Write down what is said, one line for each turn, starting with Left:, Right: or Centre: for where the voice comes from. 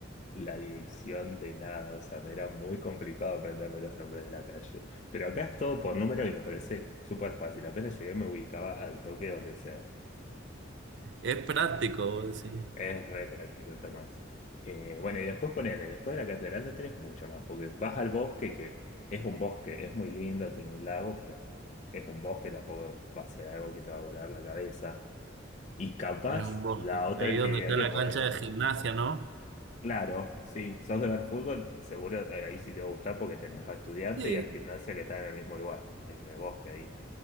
Left: la dirección de nada, o sea, me era muy complicado aprenderme los nombres de la calle. Pero acá es todo por número y me parece súper fácil. Apenas llegué me ubicaba al toque donde sea.
Right: Es práctico, sí.
Left: Es re práctico, es lo más. Eh, bueno, y después ponele, después de la catedral no tenés mucho más, porque vas al bosque, que es un bosque, es muy lindo, tiene un lago, pero es un bosque, tampoco va a ser algo que te va a volar la cabeza. Y capaz
Right: Es un bosque.
Left: la otra
Right: Ahí
Left: actividad
Right: donde está
Left: que
Right: la
Left: podés
Right: cancha
Left: hacer
Right: de gimnasia, ¿no?
Left: Claro, sí. Sos de ver fútbol, seguro eh, ahí sí te va a gustar porque tenés a estudiante
Right: Sí.
Left: y a gimnasia que están en el mismo lugar, en el bosque ahí,